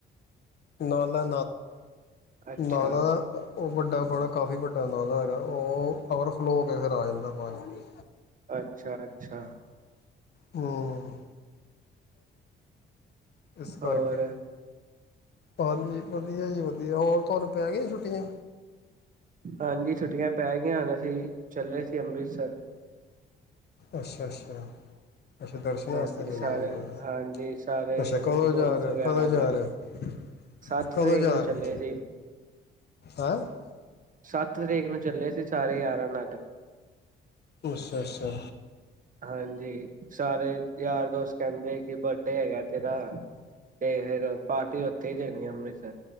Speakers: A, on the left; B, on the right.
A: ਨਾ
B: ਅੱਛਾ
A: ਨਾਲਾ ਨਾ ਉਹ ਵੱਡਾ ਬੜਾ ਕਾਫ਼ੀ ਵੱਡਾ ਅੰਦਾਜ਼ਾ ਹੈਗਾ ਉਹ ਓਵਰਫਲੋ ਹੋ ਕੇ ਫਿਰ ਆ ਜਾਂਦਾ ਪਾਣੀ
B: ਅੱਛਾ ਅੱਛਾ
A: ਹਮ ਇਸ
B: ਹੋਰ
A: ਕਰਕੇ ਹਾਂਜੀ ਵਧੀਆ ਜੀ ਵਧੀਆ ਵੀ ਹੋਰ ਤੁਹਾਨੂੰ ਪੈ ਗਈ ਛੁੱਟੀ ਦੀ
B: ਹਾਂਜੀ ਛੁੱਟੀਆਂ ਪੈ ਗਈਆਂ ਹਨ ਅਸੀਂ ਚੱਲੇ ਸੀ ਅੰਮ੍ਰਿਤਸਰ
A: ਅੱਛਾ ਅੱਛਾ ਦਰਸ਼ਨ
B: ਹਾਂਜੀ
A: ਵਾਸਤੇ ਜਾਂਦੇ
B: ਸਾਰੇ
A: ਅੰਮ੍ਰਿਤਸਰ
B: ਹਾਂਜੀ ਸਾਰੇ
A: ਅੱਛਾ ਕਦੋਂ
B: ਦੋਸਤ
A: ਜਾ ਰਹੇ ਹੋ
B: ਗਿਆਰਾਂ
A: ਕਦੋਂ ਜਾ
B: ਮਿਲ
A: ਰਹੇ
B: ਕੇ
A: ਹੋ
B: ਸੱਤ
A: ਕਦੋਂ
B: ਤਰੀਕ
A: ਜਾ
B: ਨੂੰ ਚੱਲੇ
A: ਰਹੇ ਹੋ
B: ਸੀ
A: ਹੈਂ
B: ਸੱਤ ਤਰੀਕ ਨੂੰ ਚੱਲੇ ਸੀ ਸਾਰੇ ਹੀ ਯਾਰਾਂ ਨਾਲ
A: ਅੱਛਾ ਅੱਛਾ
B: ਹਾਂਜੀ ਸਾਰੇ ਯਾਰ ਦੋਸਤ ਕਹਿੰਦੇ ਬਰਡੇ ਹੈਗਾ ਤੇਰਾ ਤੇ ਫੇਿਰ ਪਾਰਟੀ ਉੱਥੇ ਦੇਣੀ ਅੰਮ੍ਰਿਤਸਰ